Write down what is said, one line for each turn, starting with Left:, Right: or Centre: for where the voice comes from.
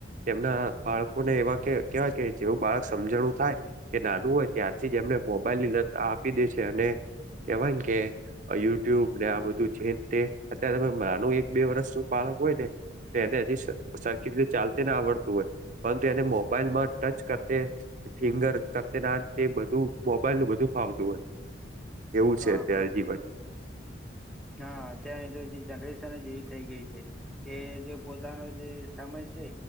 Right: એના બાળકોને એવા કે કેવાય કે જેવું બાળક સમજણું થાય. કે નાનું હોય ત્યારથી જ એમને મોબાઈલ <unintelligible> આપી દેશે અને. કેવાય ને કે યુટ્યુબ ને આ બધું <unintelligible> જે <unintelligible> અત્યારે રે તમે <unintelligible> એક બે વર્ષ બાળક હોય ને. એને હજી સરખી રીતે ચાલતીને આવડતું હોય પરંતુ એને મોબાઈલમાં ટચ <unintelligible> ફિંગર કરત્યના તે બધું. મોબાઈલ નું બધું ફાવતું હોય એવું
Centre: હા
Right: છે અત્યારે
Centre: હા
Right: જીવન
Centre: હા અત્યારે તો જે જનરેશન જ એવી થઇ ગઈ છે કે જે પોતાનો જે સમય છે